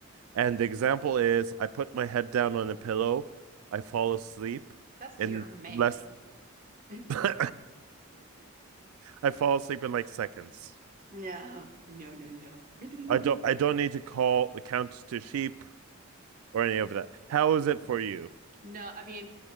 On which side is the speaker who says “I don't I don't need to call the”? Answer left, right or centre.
Right